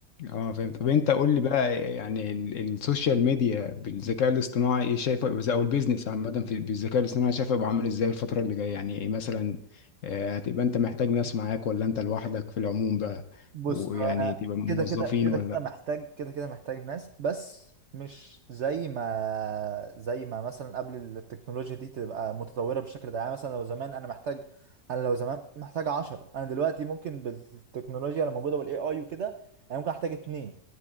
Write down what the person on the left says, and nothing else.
اه فاهم طب انت قول لي بقى يعني ال- السوشيال ميديا بالذكاء الاصطناعي ايه شايفه يبقى ازاي، او البيزنس عامه في بالذكاء الاصطناعي شايفه يبقى عامل ازاي الفتره اللي جايه يعني ايه مثلا آه، هتبقى انت محتاج ناس معاك ولا انت لوحدك في العموم بقى
ويعني
تبقى موظفين
ولا